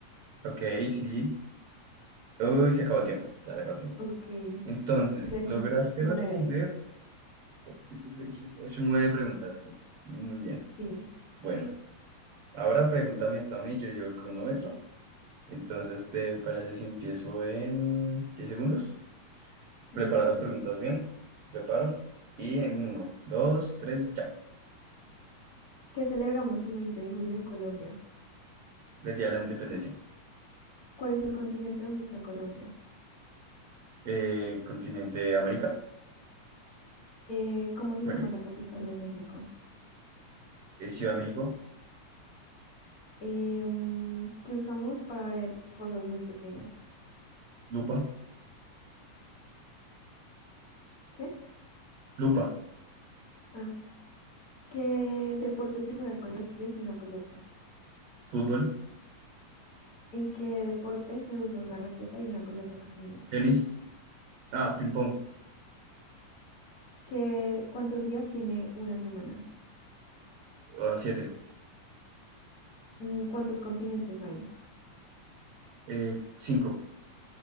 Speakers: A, on the right; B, on the left.
A: Ok, sí. Uy, se acabó el tiempo. Ya se acabó el tiempo.
B: Ok.
A: Entonces,
B: Hice
A: lograste
B: nueve.
A: responder 4, 5, 6, 7, 8, 9 preguntas, sí. Muy bien.
B: Sí.
A: Bueno, ahora pregúntame tú a mí, yo llevo el cronómetro. Entonces, ¿te parece si empiezo en 10 segundos? Prepara
B: Listo,
A: las
B: dale.
A: preguntas bien. Preparo. Y en uno, 2, 3, ya.
B: ¿Qué celebramos el veinte de julio en Colombia?
A: Les di a la independencia.
B: ¿Cuál es el continente donde está Colombia?
A: Eh, continente América.
B: eh, ¿cómo se llama
A: América.
B: la capital de México?
A: Eh, Ciudad de México.
B: Em, que usamos para ver cosas muy pequeñas.
A: Lupa.
B: ¿Qué?
A: lupa,
B: Ah, ¿qué deporte se juega con los pies y una pelota?
A: fútbol,
B: ¿En qué deporte se usa una raqueta y una pelota pequeña?
A: tenis, ah, ping pong,
B: ¿Qué, cuántos días tiene una semana?
A: ah, siete,
B: Mm, ¿Cuántos continentes hay?
A: eh, cinco,